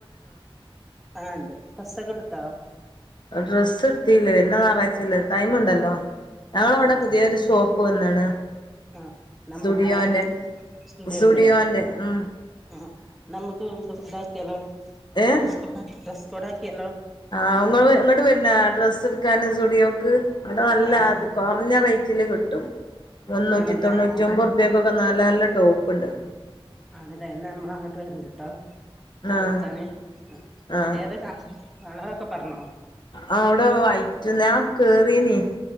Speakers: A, in the centre; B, on the left (about 50°).
A: ആഹ് ഉണ്ട് ഡ്രസ്സൊക്കെടുത്തോ
B: ഡ്രസ്സ് ഇട്ത്തിയില്ല വര്ന ഞായറാഴ്ചല്ലേ ടൈം ഉണ്ടല്ലോ ഞങ്ങളവ്ടെ
A: ആഹ്
B: പുതിയൊരു ഷോപ്പ് വന്ന്ക്ണ്
A: ആഹ് നമ്മക്ക്
B: സുടിയോന്റെ
A: ഞാൻ സ്റ്റുഡിയോന്റെ
B: സുടിയോന്റെ ഉം
A: ആഹ് നമക്ക് ഇതാക്കിയാലോ
B: ഏഹ്
A: ഡ്രസ്സ്‌കോട ഡ്രസ്സ്‌കോടാക്കിയാലോ
B: ആഹ് <unintelligible> ഇങ്ങട്ട് വര്‌നോ ഡ്രസ്സ് എടുക്കാൻ സുടിയോക്ക് അവ്ടെ നല്ല
A: ആഹ്
B: അത് കൊർഞ്ഞ റേറ്റില് കിട്ടും മുന്നൂറ്റി
A: ആണോ എന്നാ
B: തൊണ്ണൂറ്റി
A: ഞങ്ങള്
B: ഒൻമ്പത് റു റുപ്പ്യക്കൊക്കെ നല്ല നല്ല ടോപ്പ്ണ്ട്
A: ആണ്ല്ലേ ന്ന നമ്മള അങ്ങട്ട് വര്ണ്ട് ട്ടോ
B: ആഹ്
A: ഇട്ക്കാന് ആ
B: ആഹ്
A: ഏതാ കളറൊക്കെ പർഞ്ഞോ
B: ആ അവ്ടെ വയിറ്റ് ഞാ കേറീനീ